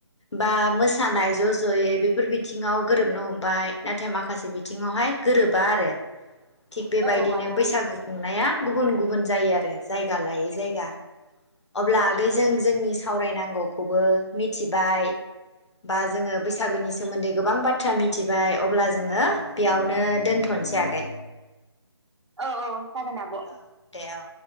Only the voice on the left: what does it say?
बा मोसानाय ज' ज'यै बेफोर बिथिङाव गोरोबनो हमबाय। नाथाय माखासे बिथिङावहाय गोरोबा आरो। थिग
बेबायदिनो
बैसागु खुंनाया गुबुन गुबुन जायो आरो जायगा लायै जायगा। अब्ला
आगै जों जोंनि सावरायनांगौखौबो मिथिबाय बा जोङो बैसागोनि सोमोन्दै गोबां बाथ्रा मिथिबाय अ अब्ला जोङो बेयावनो दोनथनोसै आगै।
औ दे औ